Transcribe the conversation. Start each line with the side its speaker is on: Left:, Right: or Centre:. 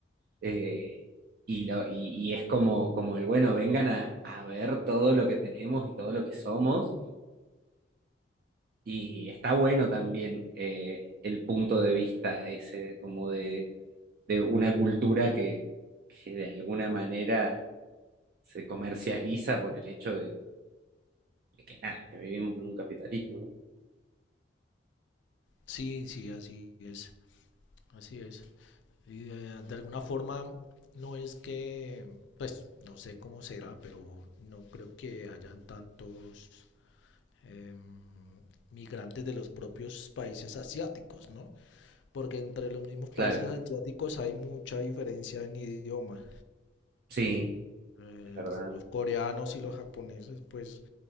Right: eh, y, lo, y, y es como, como el, bueno, vengan a, a ver todo lo que tenemos y todo lo que somos, Y está bueno también eh, el punto de vista ese, como de, de una cultura que, que de alguna manera se comercializa por el hecho de, de que nada, que vivimos en un capitalismo, ¿no?
Left: Sí, sí, así es, así es. Y eh, de alguna forma no es que, pues no sé cómo será, pero no creo que hayan tantos eh, migrantes de los propios países asiáticos, ¿no? Porque entre los mismos países
Right: Claro,
Left: asiáticos hay mucha diferencia en idioma.
Right: sí,
Left: Eh,
Right: es verdad.
Left: los coreanos y los japoneses, pues,